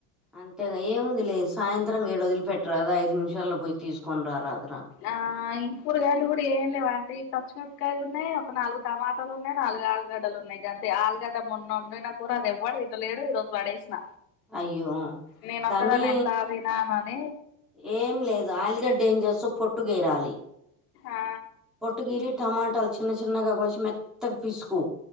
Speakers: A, in the centre; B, on the left.
A: అంతేగా ఏముంది లేదు సాయంత్రం ఏడు వదిలి పెట్టరాదా ఐదు నిమిషాల్లో పోయి తీసుకొని రారా
B: ఆ కూరగాయలు కూడా ఏం లేవా అంటే ఈ పచ్చిమిరపకాయలు ఉన్నాయి ఒక నాలుగు టమాటాలు ఉన్నాయి నాలుగు ఆలుగడ్డలు ఉన్నాయి కాగానీ అల్లుకాడ కూర మొన్నొన్నయి కూర అది ఎవ్వడు ఇట్ లేడు ఈ రోజు పడేసిన
A: అయ్యో
B: నేనొక్కదాని
A: దాన్ని
B: ఎంత తిన్నా అన్ని
A: ఏం లేదు అల్లుగాడా ఏం జెస్తావ్ పొట్టు గేరాలి
B: ఆ
A: పోటీగిరి టమాట చిన్న చిన్నగా కోచ్చి మెత్తకు పిసుకో